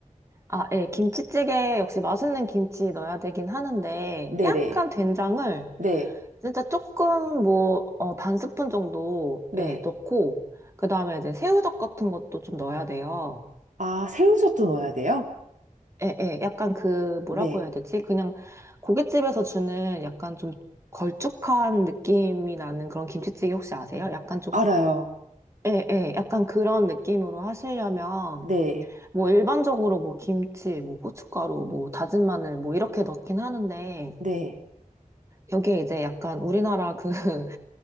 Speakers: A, on the right; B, on the right.
A: 아, 예. 김치찌개 역시 맛있는 김치 넣어야 되긴 하는데
B: 네네.
A: 약간 된장을
B: 네.
A: 진짜 조금 뭐, 어, 반 스푼 정도
B: 네.
A: 예, 넣고 그다음에 이제 새우젓 같은 것도 좀 넣어야 돼요.
B: 아, 새우젓도 넣어야 돼요?
A: 에, 에, 약간 그, 뭐라고
B: 네.
A: 해야 되지? 그냥 고깃집에서 주는 약간 좀 걸쭉한 느낌이 나는 그런 김치찌개 혹시 아세요? 약간 좀,
B: 알아요.
A: 에, 에, 약간 그런 느낌으로 하시려면,
B: 네.
A: 뭐 일반적으로 뭐 김치, 뭐 고춧가루, 뭐 다진 마늘, 뭐 이렇게 넣긴 하는데,
B: 네.
A: 여기에 이제 약간 우리나라 그 <laughs>